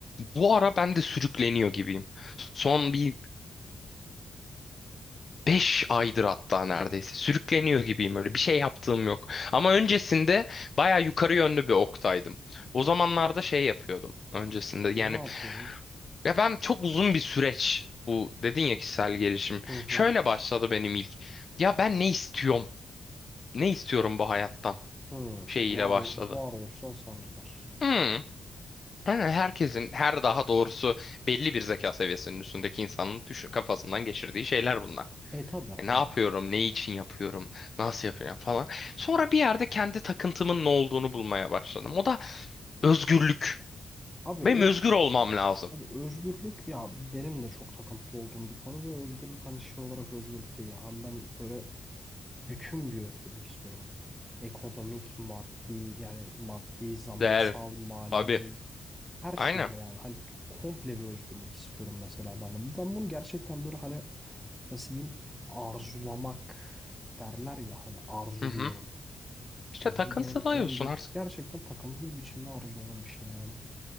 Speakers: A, on the left; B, in the centre.
A: Bu ara ben de sürükleniyor gibiyim. Son bir 5 aydır hatta neredeyse. Sürükleniyor gibiyim öyle. Bir şey yaptığım yok. Ama öncesinde
B: Hmm.
A: baya yukarı yönlü bir oktaydım. O zamanlarda şey yapıyordum öncesinde. Yani
B: Ne yapıyorum?
A: Ya ben çok uzun bir süreç bu dedin ya kişisel gelişim.
B: Hı hı.
A: Şöyle başladı benim ilk. Ya ben ne istiyorum? Ne istiyorum bu hayattan?
B: Hı.
A: Şeyiyle
B: Var,
A: başladı.
B: varoluşsal sancılar.
A: Hmm. Yani herkesin her daha doğrusu belli bir zeka seviyesinin üstündeki insanın düşür kafasından geçirdiği şeyler bunlar.
B: E tabi
A: E, ne
B: tabii.
A: yapıyorum, ne için yapıyorum, nasıl yapıyorum falan. Sonra bir yerde kendi takıntımın ne olduğunu bulmaya başladım. O da özgürlük.
B: Abi,
A: Benim
B: öz,
A: özgür olmam lazım.
B: abi özgürlük ya benim de çok takıntılı olduğum bir konu ve özgürlük hani şey olarak özgürlük değil ya. Hani ben böyle bütün bir özgürlük istiyorum hani ekonomik, maddi yani maddi, zamansal,
A: Değer.
B: manevi
A: Abi.
B: her
A: Aynen.
B: şeyle yani hani komple bir özgürlük istiyorum mesela ben de. Ben bunu gerçekten böyle hani nasıl diyeyim arzulamak derler ya hani arzuluyorum.
A: Hı hı. İşte
B: Hani
A: takıntılıyorsun
B: bu benim en büyük
A: Ah,
B: gerçekten takıntılı bir biçimde arzuladığım bir şey yani.